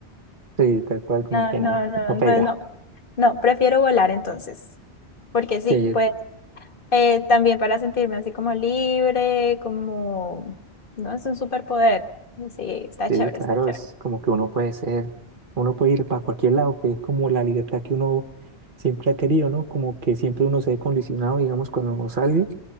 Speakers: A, on the right; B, on the left.
A: Sí, tal cual, como
B: no,
A: que
B: no,
A: nada,
B: no,
A: no
B: entonces
A: pega.
B: no, no, prefiero volar entonces, porque sí,
A: Sí,
B: pues eh, también para sentirme así como libre, como, no, es un superpoder, sí, está
A: sí,
B: chévere,
A: claro,
B: está chévere.
A: es como que uno puede ser, uno puede ir para cualquier lado, que es como la libertad que uno siempre ha querido, ¿no? Como que siempre uno se ve condicionado, digamos, cuando sale.